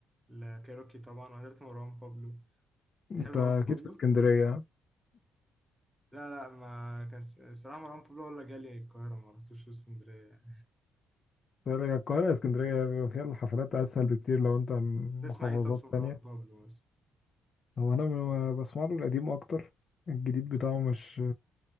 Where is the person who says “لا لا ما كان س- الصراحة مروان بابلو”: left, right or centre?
Centre